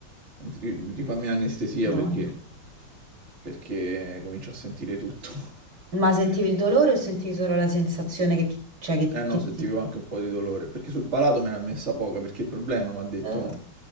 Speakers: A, on the right; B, on the right.
A: ri- rifammi anestesia
B: Madonna.
A: perché, perché comincio a sentire tutto.
B: Ma sentivi
A: <laughs>
B: il dolore o sentivi solo la sensazione che, cioè, che,
A: Eh no,
B: che
A: sentivo
B: ti...
A: anche un po' di dolore, perché sul palato me ne ha messa poca, perché il problema mi ha detto
B: eh,